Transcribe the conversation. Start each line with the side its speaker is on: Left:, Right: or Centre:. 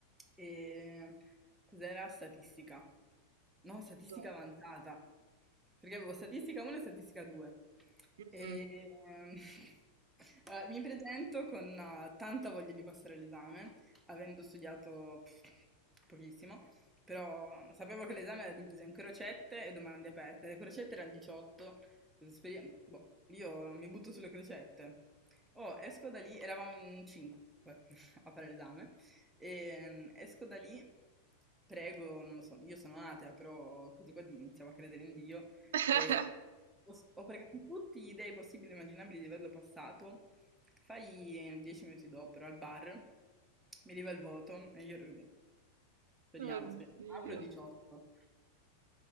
Centre: E cos'era statistica? No, statistica
Right: Do.
Centre: avanzata, perché avevo statistica 1 e statistica 2.
Right: Mm.
Centre: E, ehm, <laughs> allora, mi presento con eh, tanta voglia di passare l'esame, avendo studiato pff, pochissimo, però sapevo che l'esame era diviso in crocette e domande aperte. Le crocette erano 18, speriamo- boh, io mi butto sulle crocette. Oh, esco da lì, eravamo in cinque <laughs> a fare l'esame, e esco da lì, prego, non lo so, io sono atea, però così qua di- iniziavo a credere in Dio,
Right: <laughs>
Centre: e ho, ho pregato tutti gli dei possibili e immaginabili di averlo passato, fai eh, dieci minuti dopo, ero al bar, mi arriva il voto, e io ero così, speriamo,
Right: Oddio.
Centre: speriamo, apro 18,